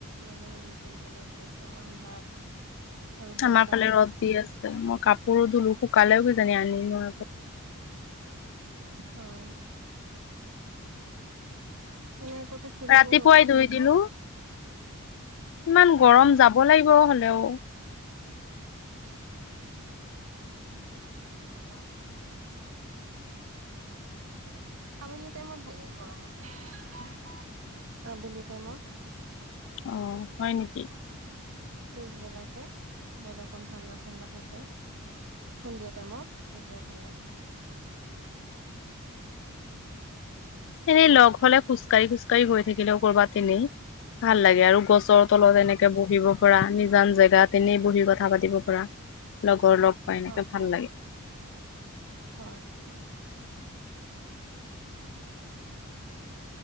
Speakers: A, on the right (about 65°); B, on the left (about 60°).
A: মানে হেৰি কৰি পেলাইছে একদম আন্ধাৰ। আৰু বতাহ
B: আমাৰ ফালে ৰ'দ দি আছে, মই কাপোৰো ধুলো শুকালেও কিজানি আনিমো।
A: হয়
B: <unintelligible>
A: মনে ক'তো ফুৰিব
B: ৰাতিপুৱাই
A: অ'
B: ধুই
A: নোযোৱা?
B: দিলো ইমান গৰম,
A: হয়
B: যাব লাগিব হ'লেও।
A: <inaudible> অঁ আবেলি টাইমত ভাগে গৰমত আবেলি টাইমত
B: অ হয় নেকি?
A: পিছবেলাকে অকণ ঠাণ্ডা-ঠাণ্ডা থাকে সন্ধিয়া টাইমত তেতিয়া ভাল লাগে।
B: <inaudible> এনেই লগ হলে খোজকাঢ়ি-খোজকাঢ়ি হৈ থাকিলেও কৰ'ৰবাত তেনেই ভাল লাগে আৰু <inaudible> গছৰ তলত
A: হয়
B: এনেকে বহিব পৰা নিজান জেগাত এনেই বহি কথা পাতিব পৰা লগ <unintelligible> লগৰ লগ পাই এনেকে
A: হয়
B: ভাল
A: হয়
B: লাগে।
A: হয়